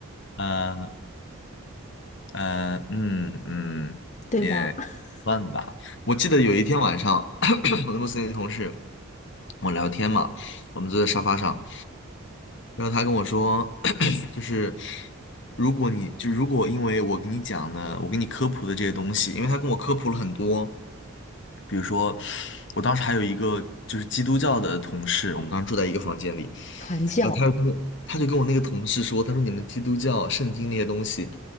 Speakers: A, on the left; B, on the left.
A: 呃呃，嗯嗯，
B: <laughs> 对吧？
A: 也算吧。
B: <laughs>
A: 我记得有一天晚上，<clears throat> 我的公司那个同事，我聊天嘛，我们坐在沙发上，然后他跟我说，<coughs> <clears throat> 就是如果你就如果因为我给你讲的，我给你科普的这些东西，因为他跟我科普了很多。比如说，我当时还有一个就是基督教的同事，我们当时住在一个房间里，
B: 传教，
A: 然后他就跟我，他就跟我那个同事说，他说你们基督教圣经那些东西，